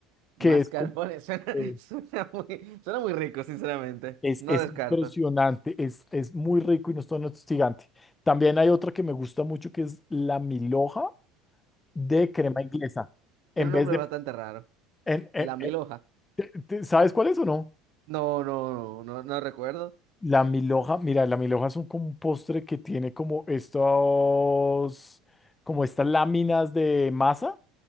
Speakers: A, on the left (about 20°); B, on the right (about 65°).
A: que
B: mascarpone.
A: es como,
B: <laughs> Suena,
A: eh,
B: suena muy, suena muy rico, sinceramente.
A: es,
B: No
A: es
B: descarto.
A: impresionante, es, es muy rico y no es tan hostigante. También hay otra que me gusta mucho que es la milhoja de crema inglesa. En
B: Tiene un
A: vez
B: nombre
A: de,
B: bastante raro.
A: en- en-
B: La mil hoja.
A: en- te- ¿sabes cuál es o no?
B: No, no, no, no, no recuerdo.
A: La milhoja, mira, la milhoja es un, como un postre que tiene como estos, como estas láminas de masa